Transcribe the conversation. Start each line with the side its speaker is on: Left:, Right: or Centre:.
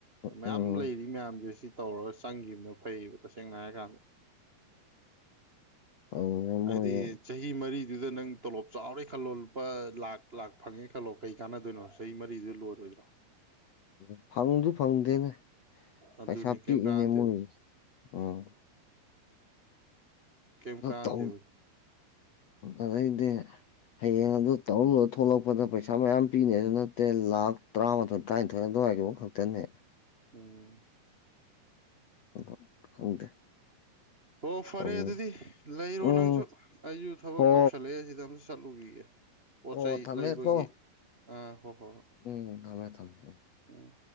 Right: ꯃꯌꯥꯝ
Left: ꯎꯝ
Right: ꯂꯩꯔꯤ ꯃꯌꯥꯝꯁꯦ ꯁꯤ ꯇꯧꯔꯒ ꯆꯪꯈꯤꯕꯅ ꯐꯩꯌꯦꯕ ꯇꯁꯦꯡꯅ ꯍꯥꯏꯔ ꯀꯥꯟꯗ
Left: ꯑꯧ <unintelligible>
Right: ꯍꯥꯏꯗꯤ ꯆꯍꯤ ꯃꯔꯤꯗꯨꯗ ꯅꯪ ꯇꯣꯂꯣꯞ ꯆꯥꯎꯔꯦ ꯈꯜꯂꯣ ꯂꯨꯄꯥ ꯂꯥꯛ ꯂꯥꯛ ꯐꯪꯉꯦ ꯈꯜꯂꯣ ꯀꯩ ꯀꯥꯟꯅꯗꯣꯏꯅꯣ ꯆꯍꯤ ꯃꯔꯤꯗꯨꯗ ꯂꯣꯏꯔꯣꯏꯗ꯭ꯔꯣ
Left: ꯎ ꯐꯪꯁꯨ ꯐꯪꯗꯦꯅꯦ
Right: ꯑꯗꯨꯅꯦ
Left: ꯄꯩꯁꯥ
Right: ꯀꯩꯝ
Left: ꯄꯤꯛꯏꯅꯦ
Right: ꯀꯥꯟꯅꯗꯦꯕ
Left: ꯃꯣꯏ ꯎꯝ
Right: ꯀꯩꯝ ꯀꯥꯟꯅꯗꯦꯕ
Left: ꯇꯧ ꯑꯗꯩꯗꯤ ꯍꯌꯦꯡ ꯑꯗꯨ ꯇꯧꯔꯂꯨꯔ ꯊꯣꯛꯂꯛꯄꯗ ꯄꯩꯁꯥ ꯃꯌꯥꯝ ꯄꯤꯅꯦ ꯑꯗꯨ ꯅꯠꯇꯦ ꯂꯥꯛ ꯇꯔꯥꯃꯥꯊꯣꯏ ꯇ꯭ꯔꯥꯏꯜ ꯊꯣꯏ ꯑꯗꯨꯋꯥꯏꯒꯤꯐ ꯈꯛꯇꯅꯦ
Right: ꯎꯝ
Left: ꯑꯗꯣ ꯈꯪꯗꯦ
Right: ꯍꯣ ꯐꯔꯦ
Left: ꯇꯧꯅꯔꯤꯁꯦ
Right: ꯑꯗꯨꯗꯤ ꯂꯩꯔꯣ
Left: ꯎꯝ
Right: ꯅꯪꯁꯨ ꯑꯩꯁꯨ ꯊꯕꯛ
Left: ꯍꯣ
Right: ꯀꯧꯁꯜꯂꯛꯑꯦ ꯁꯤꯗ ꯑꯃꯝꯁꯨ ꯆꯠꯂꯨꯈꯤꯒꯦ <inaudible> ꯄꯣꯠ
Left: ꯍꯣ
Right: ꯆꯩꯩ
Left: ꯊꯝꯃꯦꯀꯣ
Right: ꯂꯩꯕꯒꯤ ꯑꯥ ꯍꯣ ꯍꯣ ꯍꯣꯏ
Left: ꯎꯝ ꯊꯝꯃꯦ ꯊꯝꯃꯦ ꯊꯝꯃꯦ
Right: ꯎꯝ